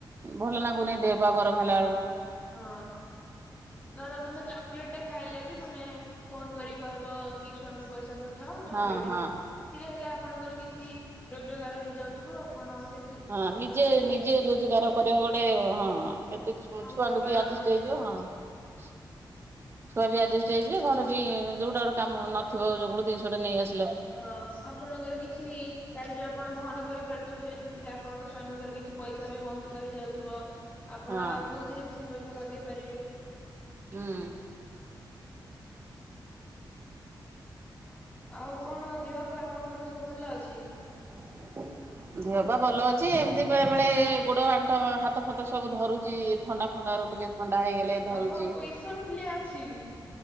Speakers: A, on the right (about 30°); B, on the left (about 20°).
A: ଭଲ ଲାଗୁନି ଦେହ ପା, ଗରମ ହେଲା ବେଳକୁ
B: ହଁ ଅ ଧର ତୁମେ ଚକୋଲେଟ ଖାଇଲେ ବି ତୁମେ ଫୋନ କରି କହିବ କି ସ୍ଵାମୀ ପଇସା ପ ମୁଁ ଚକଲେଟ
A: ହଁ ହଁ।
B: ଖି ସେଥିରେ ହେଲେ ଆପଣଙ୍କର କିଛି ରୋଜଗାର ହେଇଯାଉଥିବ, ଆପଣ ସେ
A: ହଁ ନିଜେ, ନିଜେ ରୋଜଗାର କରିବା ଗୋଟେ ହଁ କେତେ ଛୁଆଙ୍କୁ
B: ଆପଣଙ୍କୁ ଯୋଗାଣ
A: ବି ଆଜେଷ୍ଟ
B: ହଁ
A: ହେଇଯିବ, ହଁ ଛୁଆ ବି ଆଡଜଷ୍ଟ ହେଇଯିବେ, ଘରେ ବି ଯୋଉଟା ଗୋଟେ କାମ ନଥିବ, ଗୋଟେ ଜିନିଷଟେ ନେଇଆସିଲ।
B: ହଁ ଆପଣଙ୍କର କିଛି କାର୍ଯ୍ୟ ଆପଣ ବହନ କରିପାରୁଥିବେ, ସେଥିରେ ଆପଣଙ୍କ ସ୍ଵାମୀଙ୍କର କିଛି ପଇସା ପଇସା ବି ବଂଞ୍ଚିତ ହେଇଯାଉଥିବ, ଆପଣ
A: ହଁ
B: ଆଉ କୋଉଥିରେ ବି ସେ ପଇସା ଲଗେଇ ପାରିବେ।
A: ହୁଁ ଉ
B: ଆଉ କଣ ଦେହ ଆପଣଙ୍କର ସବୁ ଭଲ ଅଛି?
A: <unintelligible> ଦେହ ପା ଭଲ ଅଛି, ଏମିତି ବେଳେ ବେଳେ ଗୋଡ ଆଣ୍ଠ ହାତ ଫାତ ସବୁ ଧରୁଛି ଥଣ୍ଡା ଥଣ୍ଡାରୁ ଟିକେ ଥଣ୍ଡା ହେଇଗଲେ। ଧରୁଛି।
B: ଆପଣଙ୍କ ଇସନ ଫୁଲିଆ ଅଛି କି?